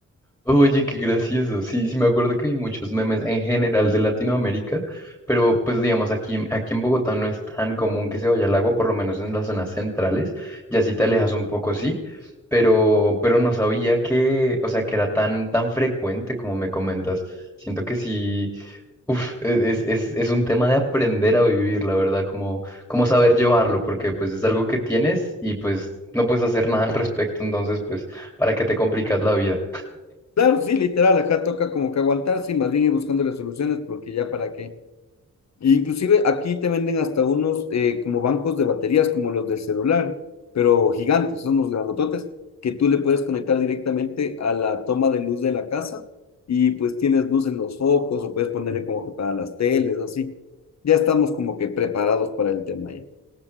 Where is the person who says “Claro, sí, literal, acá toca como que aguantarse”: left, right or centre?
Left